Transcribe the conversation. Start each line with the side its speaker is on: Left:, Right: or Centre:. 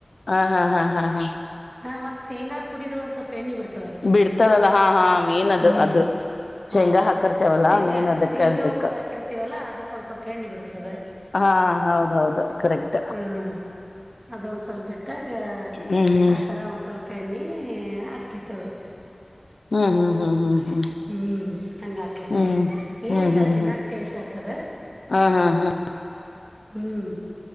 Left: ಹಾ ಹಾ ಹಾ ಹಾ ಹಾ-
Right: ಹಾ ಮತ್ ಶೇಂಗಾದ ಪುಡಿದು ಒಂದ ಸ್ಲ್ಪ ಎಣ್ಣಿ ಬಿಡ್.
Left: ಬಿಡ್ತಾರಲ್ಲ ಹಾ ಹಾ ಮೇನ್ ಅದು
Right: ಹ್ಮ್
Left: ಅದು-. ಶೇಂಗಾ
Right: ಹಾ
Left: ಹಾಕರ್ತೇವಲ್ಲಾ
Right: ಶೇಂಗಾ
Left: ಮೇನ್ ಅದಕ್ಕ
Right: ಶೇಂಗಾ
Left: ಇರ್ಬೇಕ
Right: ಉಊರದ್ ಹಾಕಿರ್ತೀವಲ್ಲಾ ಅದಕ್ಕೊಂದ್ ಸ್ವಲ್ಪ ಎಣ್ಣಿ ಬಿಡ್ತದೆ.
Left: ಹಾ ಹೌದ ಹೌದು ಕರೆಕ್ಟ್.
Right: ಹ್ಮ್ ಅದೊಂದ್ ಸ್ವಲ್ಪ ಬಿಟ್ಟಾಗ
Left: ಹ್ಮ್ ಹ್ಮ್
Right: ಆ ತರ ಒಂದ್ ಸ್ವಲ್ಪ. ಬೆಣ್ಣಿ ಆಗ್ತೈತದು.
Left: ಹ್ಮ್ ಹ್ಮ್ ಹ್ಮ್ ಹ್ಮ್ ಹ್ಮ್-
Right: ಹ್ಮ್ ಹಂಗ ಆಕೇತಿ
Left: ಹ್ಮ್
Right: ನೋಡ ಏನಿಲ್ಲ
Left: ಹ್ಮ್ ಹ್ಮ್
Right: ತಿನ್ನಾಕ್
Left: ಹ್ಮ್
Right: ಟೇಸ್ಟ್ ಆಕದ.
Left: ಹಾ ಹಾ-
Right: ಹ್ಮ್-